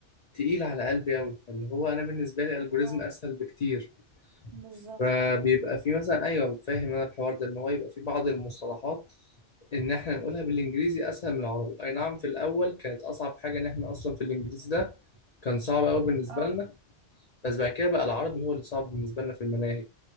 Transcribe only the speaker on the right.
اه
بالظبط
اه